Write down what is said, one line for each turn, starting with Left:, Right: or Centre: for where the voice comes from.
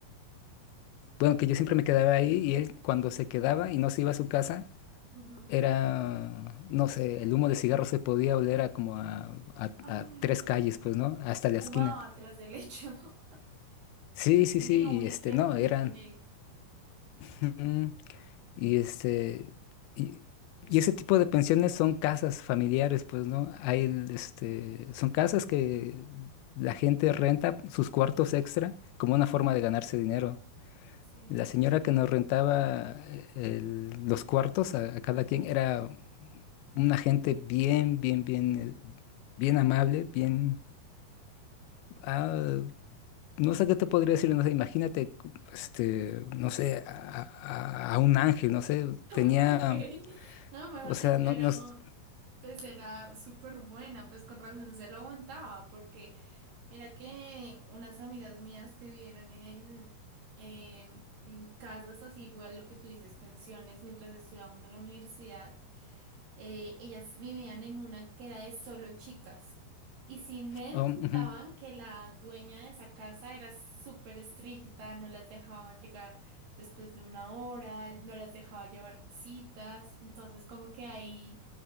Left: Bueno, que yo siempre me quedaba ahí y él cuando se quedaba y no se iba a su casa,
Right: Ujú.
Left: era, no sé, el humo de cigarro se podía oler a como a, a-
Right: Ah,
Left: a tres calles, pues, ¿no? Hasta la
Right: Fumaba
Left: esquina.
Right: atrás del lecho. <laughs>
Left: Sí, sí,
Right: mío,
Left: sí,
Right: un
Left: y
Right: infierno
Left: este, no,
Right: vivir
Left: eran,
Right: con él.
Left: ujú, y este, y, y ese tipo de pensiones son casas familiares, pues, ¿no? Hay, el, este, son casas que la gente renta sus cuartos extra como una forma de ganarse dinero.
Right: Sí.
Left: La señora
Right: <laughs>
Left: que nos rentaba el- los cuartos a, a cada quien era una gente bien, bien, bien, eh, bien amable, bien... ah, no sé qué te podría decir, no sé, imagínate, este, no sé, a, a- a un ángel, no sé, tenía,
Right: Ok. No, mejor
Left: o sea,
Right: dicho,
Left: no,
Right: era,
Left: nos...
Right: un- pues era súper buena, pues con razón se lo aguantaba, porque era que unas amigas mías que vivieron en, eh, en casas así, igual lo que tú dices, pensiones, mientras estudiábamos en la universidad, eh, ellas vivían en una que era de solo chicas. Y sí me
Left: oh,
Right: contaban
Left: ujú,
Right: que la dueña de esa casa era súper estricta, no las dejaba llegar después de una hora, no las dejaba llevar visitas. Entonces, como que hay